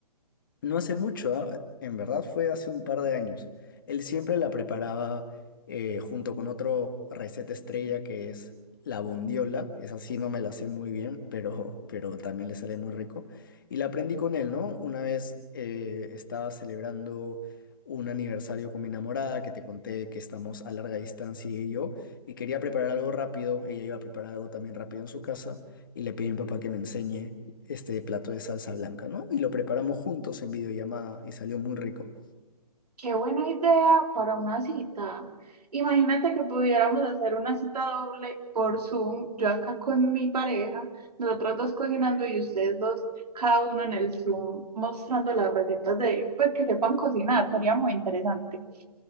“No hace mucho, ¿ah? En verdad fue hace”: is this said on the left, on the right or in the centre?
Left